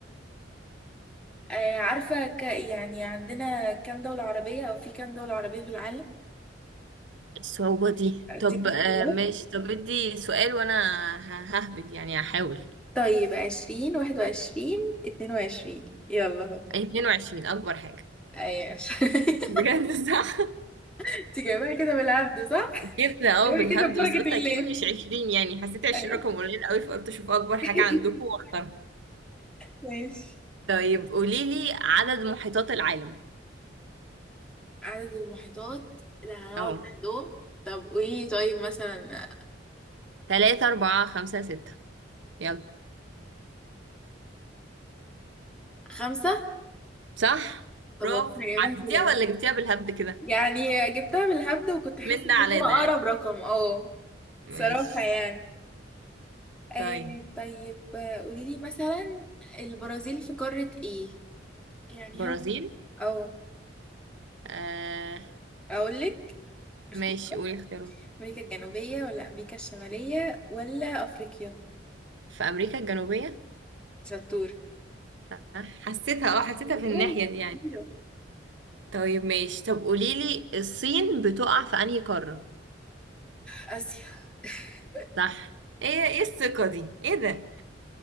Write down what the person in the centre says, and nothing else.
آه عارفة ك يعني عندنا كام دولة عربية أو في كام دولة عربية في العالم؟
أديك
اختيارات
طيب عشرين واحد وعشرين اتنين وعشرين يلا هو
أيوة <laughs>
انت جايبها كده بالعبد صح؟
جايبها
كده ببركة
الله
أيوة
<laughs>
ماشي
عدد المحيطات اللي هنقعد
نحدهم طب قولي لي، طيب مثلا
خمسة
طب
والله انا جايبها
كده
بس
يعني جبتها بالهبد وكنت حاسة
ان هو اقرب
رقم اه
صراحة يعني آه
طيب آه، قولي لي مثلا البرازيل في قارة ايه يعني
هو او
اقول لك اختيارات
امريكا الجنوبية ولا امريكا الشمالية ولا افريقيا
شطور
والله
شطورة.
اسيا <laughs>